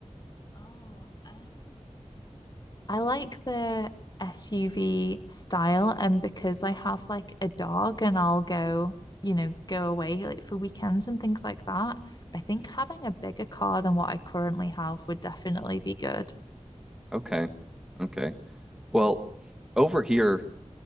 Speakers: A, on the left; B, in the centre.
A: Oh, um, I like the SUV style, and because I have like a dog and I'll go, you know, go away like for weekends and things like that, I think having a bigger car than what I currently have would definitely be good.
B: Okay, okay. Well, over here,